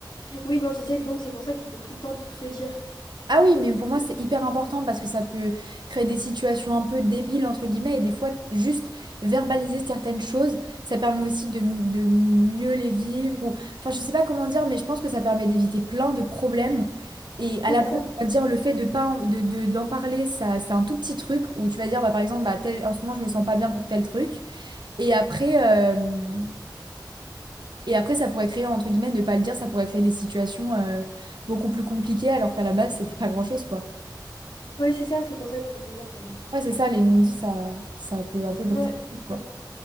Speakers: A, on the left; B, on the right.
A: Oui, non, je disais, donc c'est pour ça qu'il faut tout le temps tout se dire.
B: Ah oui, mais pour moi, c'est hyper important parce que ça peut créer des situations un peu débiles, entre guillemets, et des fois, juste verbaliser certaines choses, ça permet aussi de, m- de mieux les vivre. Ou... Enfin, je sais pas comment dire, mais je pense que ça permet d'éviter plein de problèmes. Et à
A: Oui,
B: la
A: c'est
B: base,
A: ça.
B: on va dire, le fait de pas en- de, de- d'en parler, ça, c'est un tout petit truc où tu vas dire, bah, par exemple, bah, tel, en ce moment, je me sens pas bien pour tel truc. Et après, euh, et après, ça pourrait créer, entre guillemets, ne pas le dire, ça pourrait créer des situations, euh, beaucoup plus compliquées alors qu'à la base, c'était pas grand-chose, quoi.
A: Ouais, c'est ça, c'est pour ça qu'il faut tout dire pour moi.
B: Ouais, c'est ça, les non-dits, ça, ça peut un peu briser
A: Ouais, je
B: le
A: suis
B: couple, quoi.
A: d'accord.